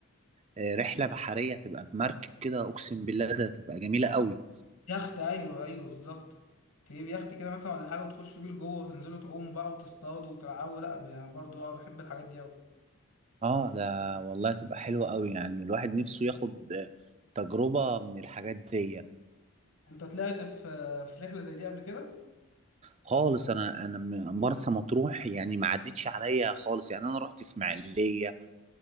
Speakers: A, on the right (about 30°); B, on the left (about 80°).
A: آه، رحلة بحرية تبقى بمركب كده اقسم بالله ده تبقى جميلة قوي
B: يخت ايوه ايوه بالظبط تجيب يخت كده مثلا ولا حاجه وتخشوا بيه لجوه وتنزلوا تعوموا بقى وتصطادوا وتلعبوا لا برضه اه بحب الحاجات دي قوي
A: اه ده والله تبقى حلوة قوي يعني الواحد نفسه ياخد آه، تجربة من الحاجات دي
B: انت طلعت في في رحله زي دي قبل كده
A: خالص انا انا م- مرسى مطروح يعني ما عدتش عليا خالص يعني انا رحت اسماعيلية